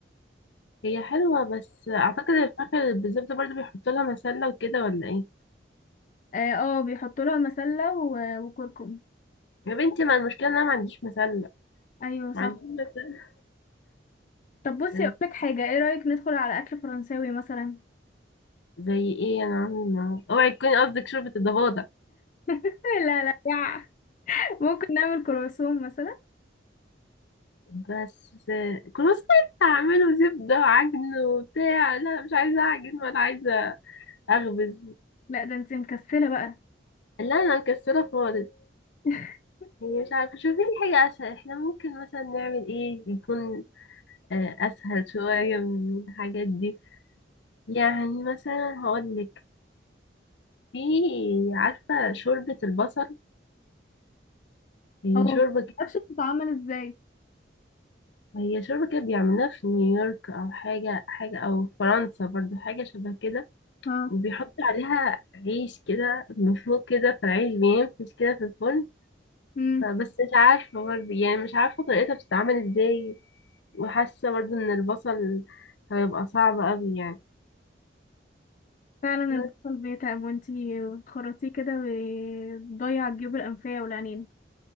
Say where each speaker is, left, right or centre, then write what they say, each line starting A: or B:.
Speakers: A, on the left; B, on the left.
A: هي حلوة بس أعتقد الفراخ بالزبدة برضه بيحطوا لها مسلة وكده ولا إيه
B: اه آه، بيحطوا لها مسلة و- وكركم
A: يا بنتي ما المشكلة ان انا ما عنديش مسلة
B: ايوه
A: ما
B: صح
A: عنديش مسلة
B: طب بصي
A: آه،
B: اقول لك حاجة ايه رأيك ندخل على اكل فرنساوي مثلا
A: زي ايه انا عامل معاه اوعي تكوني قصدك شوربة الضفادع
B: <laughs> إيه، لا لا يع. ممكن نعمل كرواسون مثلا
A: بس آه، كروسيت هعمله زبدة وعجن وبتاع لا مش عايزة اعجن ولا عايزة اخبز
B: لا ده انت مكسلة بقى
A: لا انا مكسلة خالص
B: <laughs>
A: هي مش عارفة شوفي لي حاجة اسهل احنا ممكن مثلا نعمل ايه يكون آه، اسهل شوية من الحاجات دي يعني مثلا هقولك في عارفة شوربة البصل هي
B: اه ما
A: شوربة
B: اعرفش بتتعمل ازاي
A: هي شرب كده بيعملوها في نيويورك او حاجه حاجه او فرنسا برضو حاجه شبه كده
B: اه
A: وبيحط عليها عيش كده من فوق كده فالعيش بينفش كده في الفرن
B: امم
A: بس مش عارفه برضو يعني مش عارفه طريقتها بتتعمل ازاي وحاسه برضو ان البصل هيبقى صعب قوي يعني
B: فعلا
A: بس
B: البصل بيتعب وانتي بتخرطيه كده وبتضيع الجيوب الأنفية والعينين